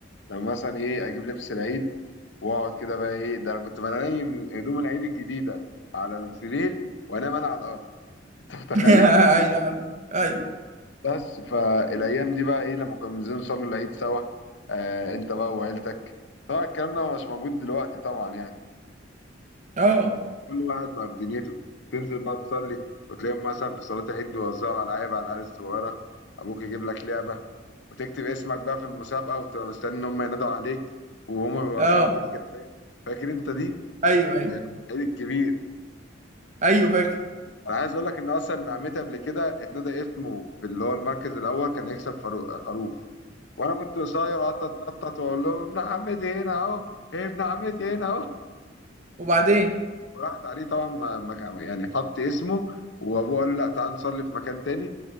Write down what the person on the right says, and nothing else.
<laughs> ايوه ايوه
اه
اه
ايوه ايوه
ايوه فاكر
وبعدين